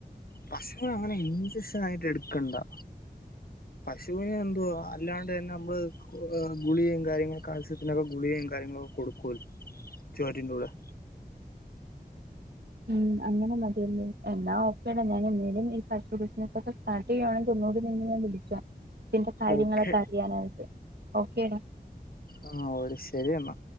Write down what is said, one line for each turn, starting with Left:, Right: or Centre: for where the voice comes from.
Left: പശുന് അങ്ങനെ ഇൻജക്ഷനായിട്ട് എടുക്കണ്ടാ. പശുവിന് എന്തുവാ അല്ലാണ്ട് തന്നെ നമ്മള് ഗുളികയും കാര്യങ്ങളൊക്കെ കാൽസ്യത്തിനൊക്കെ ഗുളികയും കാര്യങ്ങളും കൊടുക്ക ചോറ്റ്ന്റെ കൂടെ
Right: ഉം അങ്ങനെ മതിയല്ലേ. എന്നാ ഒക്കെഡാ ഞാൻ എന്നേലും ഈ പശു ബിസിനസൊക്കെ സ്റ്റാർട്ട് ചെയ്യാണെങ്കി ഓ ന്നുകൂടി നിന്നെ ഞാൻ വിളിക്കാം, ഇതിന്റെ കാര്യങ്ങളൊക്കെ
Left: ഓക്കെ
Right: അറിയാനായിട്ട്. ഓക്കേടാ
Left: ഹാ ഓട് ശരിയെന്നാ.